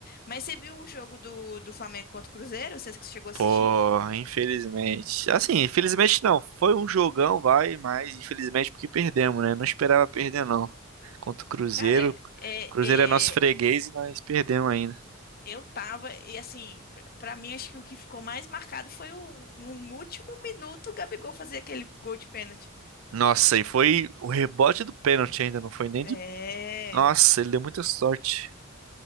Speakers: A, on the left; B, on the right.
A: Mas você viu o jogo do, do Flamengo contra o Cruzeiro? Você que chegou a assistir?
B: Pô, infelizmente. Assim, infelizmente não. Foi um jogão, vai, mas infelizmente porque perdemos, né? Não esperava perder, não. Contra o Cruzeiro.
A: Cara, é,
B: O Cruzeiro
A: é,
B: é nosso freguês e nós perdemos ainda.
A: eu tava. E assim, pra pra mim, acho que o que ficou mais marcado foi o, no último minuto, o Gabigol fazer aquele gol de pênalti.
B: Nossa, e foi o rebote do pênalti ainda, não foi nem
A: É.
B: de. Nossa, ele deu muita sorte.